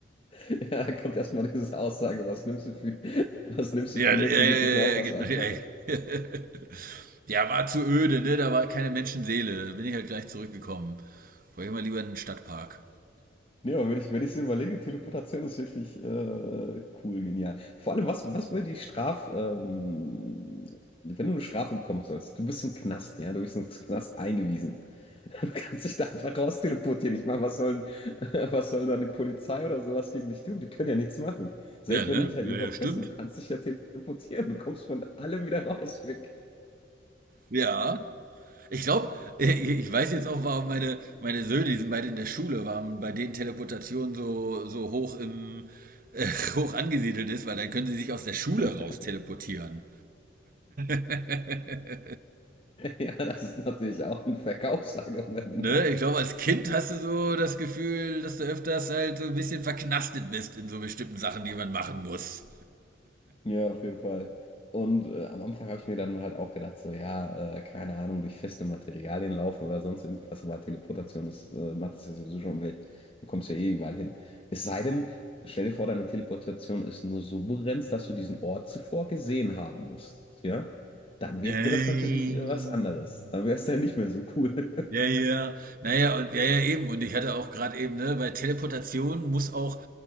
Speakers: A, on the left; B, on the right.
A: Ja, da kommt erstmal diese Aussage, was nimmst du für, was nimmst
B: Ja,
A: du für Mittel,
B: ja, ja, ja,
A: gib mir mal auch
B: ja,
A: was
B: genau,
A: ab.
B: ja. <laughs> Ja, war zu öde, ne? Da war keine Menschenseele. Da bin ich halt gleich zurückgekommen. Wollte ich mal lieber in den Stadtpark.
A: Nee, aber wenn ich, wenn ich so überlege, Teleportation ist wirklich äh, cool, genial. Vor allem, was, was will die Straf, ähm, wenn du eine Strafe bekommen sollst, du bist im Knast, ja, du bist ins Knast eingewiesen. <laughs> Du kannst dich da einfach raus teleportieren. Ich meine, was sollen, <laughs> was sollen dann die Polizei oder sowas gegen dich tun? Die können ja nichts machen. Selbst
B: Ja, ne?
A: wenn die dich halt
B: Ja,
A: irgendwo
B: ja,
A: fesseln,
B: stimmt.
A: du kannst dich ja teleportieren. Du kommst von allem wieder raus, weg.
B: Ja. Ich glaube, <laughs> ich weiß jetzt auch, warum meine, meine Söhne, die sind beide in der Schule, warum bei denen Teleportation so, so hoch im <laughs> äh, hoch angesiedelt ist, weil dann können sie sich aus der Schule
A: <laughs>
B: raus teleportieren. <laughs>
A: Ja, das ist natürlich auch ein Verkaufsargument,
B: Ne,
A: ne?
B: ich glaube, als Kind hast du so das Gefühl, dass du öfters halt so ein bisschen verknastet bist in so bestimmten Sachen, die man machen muss.
A: Ja, auf jeden Fall. Und äh, am Anfang habe ich mir dann halt auch gedacht, so, ja, äh, keine Ahnung, durch feste Materialien laufen oder sonst irgendwas, aber Teleportation ist, äh, macht das ja sowieso schon weg. Du kommst ja eh überall hin. Es sei denn, stell dir vor, deine Teleportation ist nur so begrenzt, dass du diesen Ort zuvor gesehen haben musst, ja? Dann
B: Nein.
A: wäre das natürlich äh, was anderes. Dann wäre es ja nicht mehr so cool.
B: Ja, ja. Naja, und ja, ja, eben. Und ich hatte auch gerade eben, ne, bei Teleportation muss auch